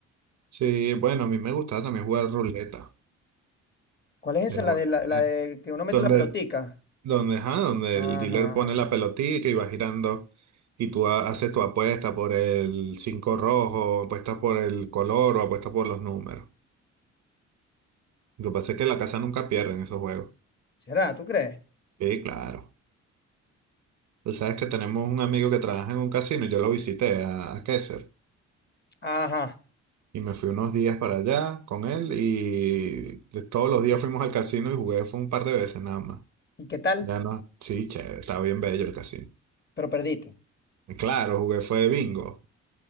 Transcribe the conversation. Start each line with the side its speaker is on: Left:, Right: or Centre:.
Right: Sí, bueno, a mí me gustaba también jugar ruleta.
Left: ¿Cuál es esa?
Right: Es,
Left: La
Right: bu-
Left: de, la, la
Right: es
Left: de que uno mete
Right: donde,
Left: la pelotica.
Right: donde, ajá, donde
Left: Ajá,
Right: el dealer pone
Left: ajá.
Right: la pelotita y va girando y tú ha- haces tu apuesta por el cinco rojo, apuestas por el color o apuestas por los números. Lo que pasa es que la casa nunca pierde en esos juegos.
Left: ¿Será? ¿Tú crees?
Right: Sí, claro. Tú sabes que tenemos un amigo que trabaja en un casino y yo lo visité a, a Kaiser.
Left: Ajá.
Right: Y me fui unos días para allá con él y todos los días fuimos al casino y jugué fue un par de veces nada más.
Left: ¿Y qué tal?
Right: Ya no, sí, che, estaba bien bello el casino.
Left: pero perdiste.
Right: Y claro, jugué fue bingo.